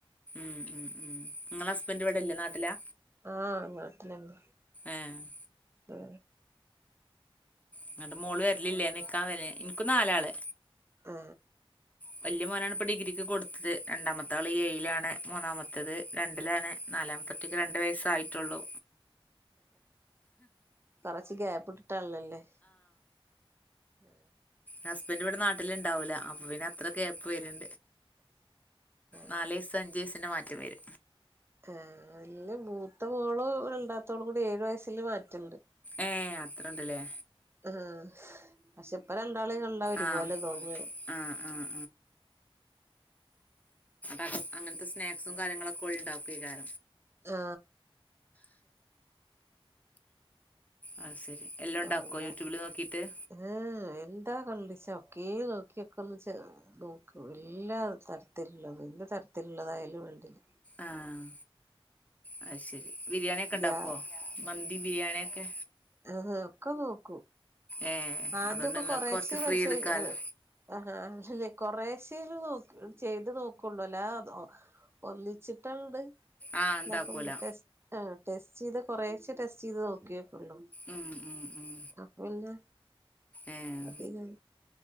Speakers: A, on the left; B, on the right.
A: ഉം നിങ്ങളെ ഹസ്ബൻറ് ഇവിടെല്ലേ നാട്ടിലാ?
B: ആഹ് നാട്ടിലന്ന.
A: ഏ
B: ആ.
A: അങ്ങട്ട് മോള് വരലില്ലേ നിക്കാൻ വരുന്നില്ലെ എക്ക് നാലാള്
B: ആ.
A: വലിയ മോനാണ് ഇപ്പൊ ഡിഗ്രിക്ക് കൊടുത്തത് രണ്ടാമത്തെ ആള് ഏഴിലാണ് മൂന്നാമത്തേത് രണ്ടിലാണ് നാല് ക്ക് രണ്ടു വയസ്സായിട്ടുള്ളു.
B: കൊറച്ച് ഗ്യാപ്പ് ഇട്ടിട്ടുള്ളല്ലേ? ഉം.
A: ഹസ്ബന്ഡന്റെ ഇവിടെ നാട്ടില് ഇണ്ടാവൂല അപ്പൊ പിന്നെ അത്ര ഗ്യാപ്പ് വെരും
B: ആഹ്
A: നാല് വയസ്സ് അഞ്ചു വയസിന്റെ മാറ്റം വരും.
B: ആ നല്ല മൂത്ത മോളും രണ്ടാത്തോൾ കൂടി ഏഴു വയസ്സില് മാറ്റണ്ട്.
A: ഏ അത്രണ്ടല്ലേ?
B: ആ പക്ഷെ ഇപ്പ രണ്ടാളെ കണ്ടാ ഒരുപോലെ
A: ആഹ്
B: തോന്നുവെ
A: ആഹ് ആഹ് അ അങ്ങനത്തെ സ്നാക്സും കാര്യങ്ങളൊക്കെ <unintelligible>
B: ആ.
A: ആ ശരി. എല്ലാം
B: ഓല്ല
A: ഉണ്ടാക്കുവോ യൂട്യൂബില് നോക്കിയിട്ട്
B: ആ എന്താ കണ്ടിച്ചോ? ക്കെ നോക്കിയൊക്കെ ഒന്ന് നോക്കും എല്ലാ തരത്തിലുള്ളത് എല്ലാ തരത്തിലുള്ളതായാലും വേണ്ടില്ല.
A: ആഹ് അത് ശരി ബിരിയാണി ഒക്കെ ഉണ്ടാക്കുവോ
B: ഗ്യാ
A: മന്തി ബിരിയാണിയൊക്കെ?
B: ആ ഒക്കെ നോക്കൂ
A: ഏഹ്
B: ആദ്യൊക്കെ
A: അതുകൊണ്ട് നിങ്ങൾക്ക്
B: കൊറശെ
A: കുറച്ച് ഫ്രീ
B: പരിശോധിക്കു
A: എടുക്കാലോ
B: അൽ ആഹ അല്ലേ കൊറേശ്ശേൽ നോക്കു ചെയ് നോക്കള്ളൂ അല്ല അ ഒന്നിച്ചിട്ടങ്ങണ്ട്
A: ആഹ് ഉണ്ടാക്കൂല
B: <unintelligible> ടെസ്റ്റ് ചെയ്ത് കൊറേശെ ടെസ്റ്റ് ചെയ്ത് നോക്കിയേക്കള്ളോ
A: ഉം ഉം ഉം
B: അപ്പൊ പിന്നെ
A: ഏഹ്
B: അതിലും